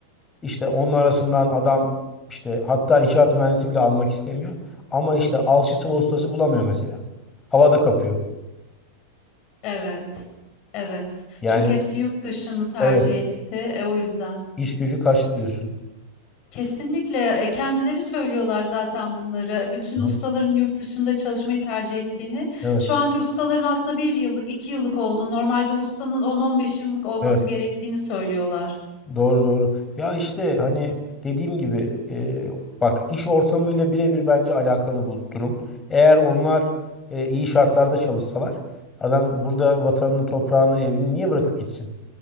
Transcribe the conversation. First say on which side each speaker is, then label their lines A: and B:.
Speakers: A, on the left; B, on the left.
A: İşte onun arasından adam işte hatta inşaat mühendisi bile almak istemiyor. Ama işte alçısı ve ustası bulamıyor mesela. Havada kapıyor.
B: Evet. Evet.
A: Yani
B: Çünkü hepsi yurt dışını tercih
A: evet
B: etti. E, o yüzden.
A: iş gücü kaçtı diyorsun.
B: Kesinlikle e, kendileri söylüyorlar zaten bunları. Bütün
A: Hı
B: ustaların
A: hı.
B: yurt dışında çalışmayı tercih ettiğini.
A: Evet,
B: Şu anki ustaların aslında bir yıllık, iki yıllık olduğunu, normalde ustanın 10-15 yıllık olması
A: evet.
B: gerektiğini söylüyorlar.
A: Doğru doğru. Ya işte hani dediğim gibi e, bak iş ortamıyla birebir bence alakalı bu durum. Eğer onlar e, iyi şartlarda çalışsalar adam burada vatanını, toprağını, evini niye bırakıp gitsin?